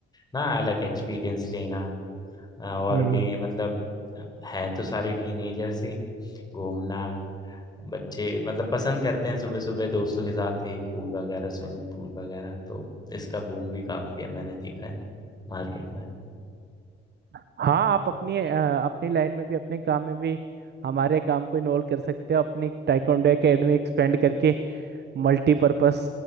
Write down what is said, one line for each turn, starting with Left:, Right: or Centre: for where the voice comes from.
Left: ना अलग एक्सपीरियंस लेना अ, और
Right: हम्म
Left: भी मतलब हैं तो सारे टीनेजर्स ही घूमना बच्चे मतलब पसंद करते हैं सुबह सुबह दोस्तों के साथ ये पूल वगैरह स्विमिंग पूल वगैरह तो इसका बूम भी काफ़ी है मैंने देखा है मार्केट में
Right: हाँ आप अपनी अ, अपनी लाइन में भी अपने काम में भी हमारे काम को इन्वॉल्व कर सकते हो अपनी टाइकोंडो एकेडमी एक्सपेंड करके मल्टीपर्पस